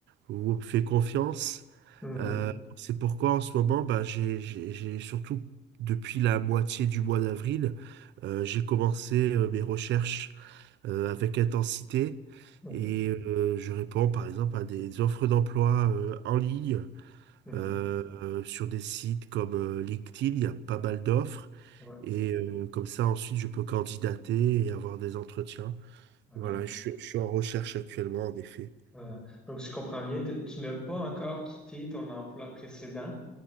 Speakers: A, on the right; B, in the centre.
A: vous me faites confiance.
B: Hmm.
A: Euh, c'est pourquoi en ce moment, bah, j'ai, j'ai- j'ai surtout depuis la moitié du mois d'avril, euh, j'ai commencé euh, mes recherches euh, avec intensité
B: Mhm.
A: et euh, je réponds par exemple à des offres d'emploi euh, en ligne
B: Mhm.
A: euh, euh, sur des sites comme euh, LinkedIn, il y a pas mal d'offres
B: Ouais.
A: et euh, comme ça ensuite je peux candidater et avoir des entretiens.
B: Ah,
A: Voilà, je, suis je suis en recherche actuellement en effet.
B: ah. Donc, si je comprends bien, t- tu n'as pas encore quitté ton emploi précédent.